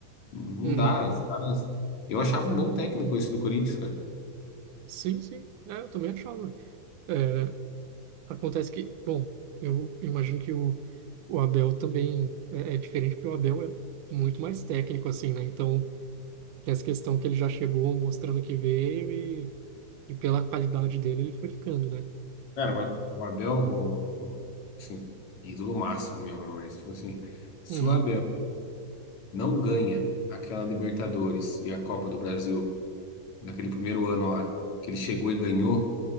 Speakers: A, on the left (about 60°); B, on the right (about 75°).
A: não
B: uhum.
A: dá. Os caras- Eu achava um bom técnico esse do Corinthians, cara.
B: Sim, sim, é, eu também achava. É, Acontece que, bom, eu imagino que o, o Abel também é, é diferente, porque o Abel é muito mais técnico, assim, né? Então, tem essa questão que ele já chegou mostrando que veio e, e pela qualidade dele ele foi ficando, né?
A: Cara, mas o Abel, o, o, assim, ídolo máximo mesmo, né? mas tipo assim, se
B: Uhum,
A: o Abel não ganha aquela Libertadores e a Copa do Brasil naquele primeiro ano lá, que ele chegou e ganhou,